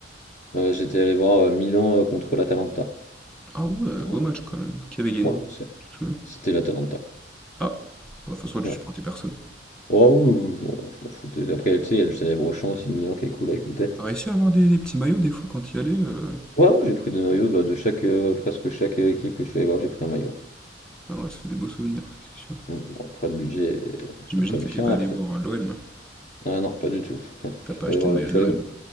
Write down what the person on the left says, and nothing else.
Euh, j'étais allé voir euh, Milan euh, contre l'Atalanta.
En-
Ouais, c'est-
c'était l'Atalanta.
Ouais.
Oh, oui, oui, je m'en je m'en foutais. Après, tu sais, il y a le célèbre chant aussi de Milan qui est cool à écouter.
Ouais, ouais, j'ai pris des maillots bah, de chaque, euh, presque chaque euh, équipe que je suis allé voir, j'ai pris un maillot.
Mm, Bon, après, le budget
est, est quand
même
cher.
Après,
Ah non, pas du tout. <laughs> Je
suis pas
allé voir
le... je
suis
allé-